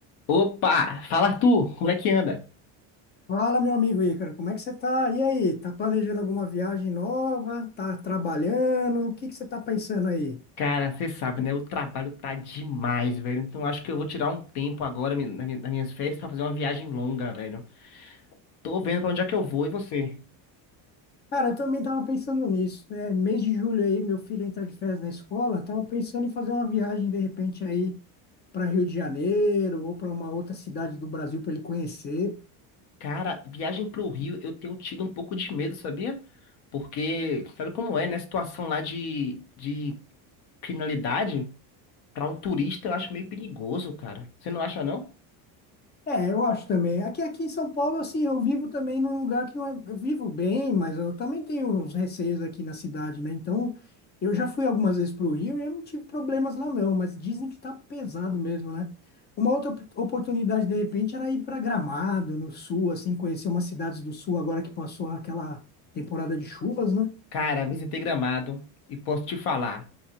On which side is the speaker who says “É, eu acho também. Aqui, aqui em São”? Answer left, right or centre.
Left